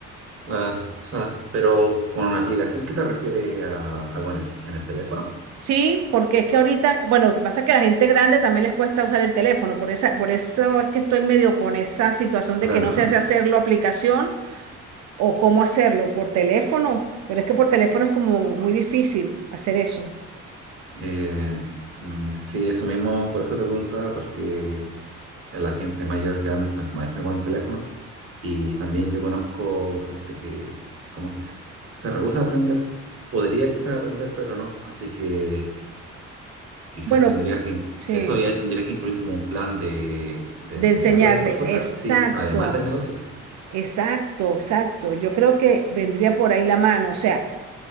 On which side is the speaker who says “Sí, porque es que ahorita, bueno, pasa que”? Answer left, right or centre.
Right